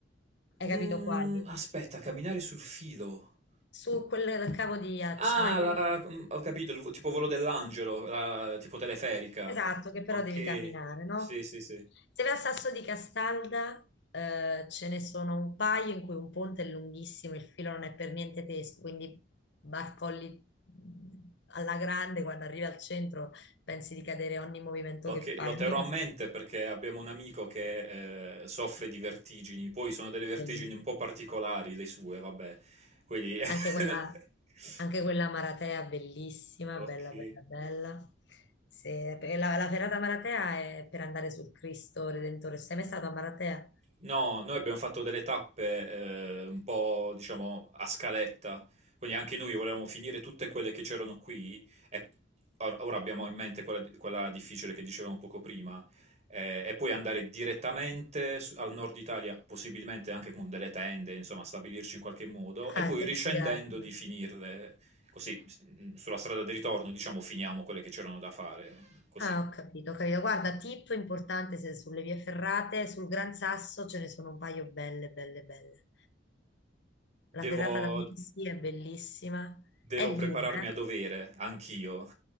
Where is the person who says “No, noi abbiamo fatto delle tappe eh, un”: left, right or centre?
Right